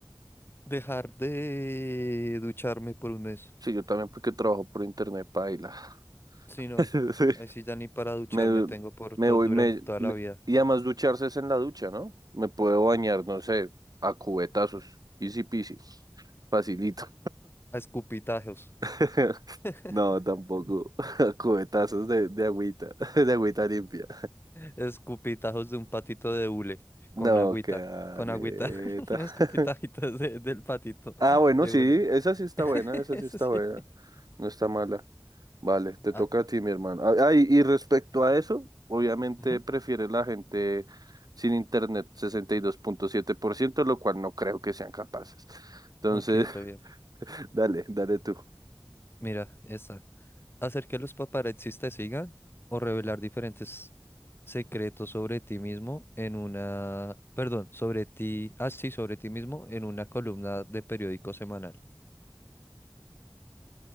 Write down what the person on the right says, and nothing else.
Sí, yo también porque trabajo por internet, paila.
<laughs>
Me,
me
voy,
me,
me-
y además ducharse es en la ducha, ¿no? Me puedo bañar, no sé, a cubetazos. Easy peasy. Facilito.
<laughs>
No, tampoco. <laughs> cubetazos de, de agüita, <laughs> de agüita limpia.
No,
qué aleta.
<laughs>
Ah, bueno,
sí,
esa sí está
buena, esa sí
está buena. No está mala. Vale, te
toca a ti, mi hermano. Ah, ah, y, y respecto a eso, obviamente
prefiere la gente sin internet, sesenta y dos punto siete por ciento, lo cual no creo que sean capaces. Entonces,
<laughs>
dale, dale tú.